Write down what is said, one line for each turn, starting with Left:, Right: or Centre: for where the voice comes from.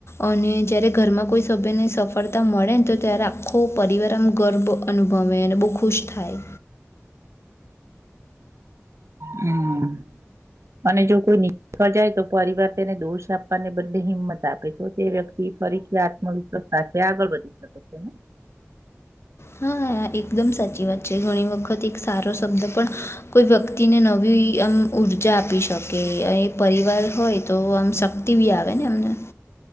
Left: અને જયારે, ઘરમાં કોઈ સભ્યને સફળ તા મળે ને, તો ત્યારે આખો પરિવાર આમ ગર્વ અનુભવે અને બહુ ખુશ થા થાય
Right: હમ, અને જો કોઈ થ જાય, તો પરિવાર તેને દોષ આપવાને બદલે હિંમત આપે તો તે વ્યક્તિ ફરીથી આત્મવિશ્વાસ સાથે, આગળ વધી શકે છેને.
Left: હા એકદમ સાચી વાત છે, ઘણી વખત એક સારો શબ્દ પણ કોઈ વ્યક્તિને નવી, આમ ઉર્જા આપી શકે એ પરિવાર હોય, તો આમ શક્તિ બી આવે ને એમને